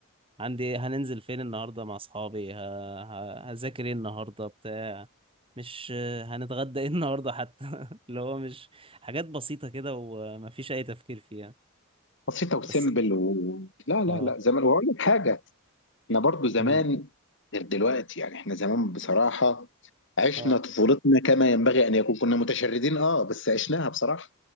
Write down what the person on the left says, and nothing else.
بسيطة وسيمبل
و... لا لا
لا زمان وأقول لك حاجة إحنا برضو زمان
غير دلوقتي يعني إحنا زمان بصراحة عشنا
طفولتنا كما ينبغي أن يكون كنا متشردين أه بس عشناها بصراحة